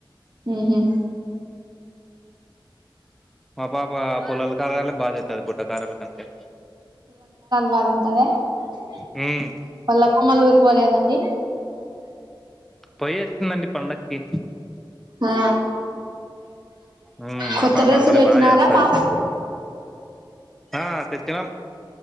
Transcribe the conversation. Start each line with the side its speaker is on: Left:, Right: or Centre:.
Right: ఉహు.
Centre: మా పాప పుల్లల కారాల బాధేస్తది బుడ్డ కారాల కంటే
Right: <unintelligible>
Centre: ఉమ్
Right: వల్ల అత్తమ్మోల ఉరికి పోలేదండి
Centre: పోయి వచ్చిందండి పండకి
Right: ఆ
Centre: ఉమ్ మా
Right: కొత్తడ్రెస్
Centre: పాప అల్లరి
Right: లు తెచ్చినార
Centre: బాగా చేస్తది
Right: పాపకి
Centre: ఆ తెచ్చినాము